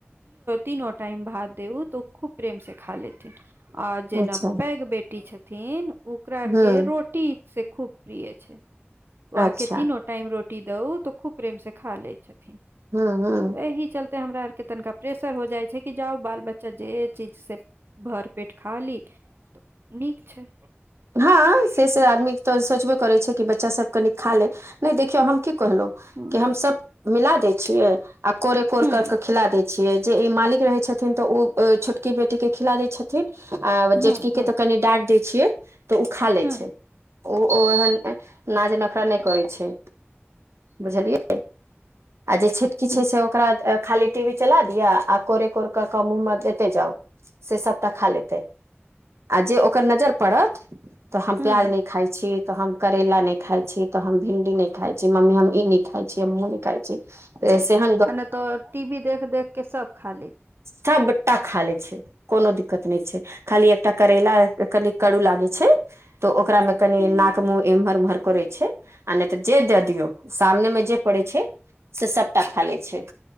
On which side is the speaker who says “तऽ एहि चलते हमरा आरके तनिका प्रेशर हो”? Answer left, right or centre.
Right